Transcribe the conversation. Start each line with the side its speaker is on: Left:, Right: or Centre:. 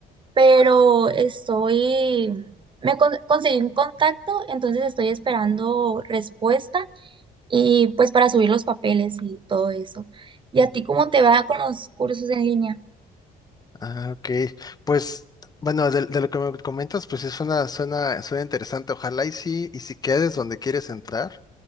Right: pero estoy, me con- conseguí un contacto, entonces estoy esperando respuesta y pues para subir los papeles y todo eso. ¿Y a ti cómo te va con los cursos en línea?
Left: Ah, ok. Pues, bueno, de, de lo que me comentas, pues sí suena, suena, suena interesante. Ojalá y sí, y si quedes donde quieres entrar,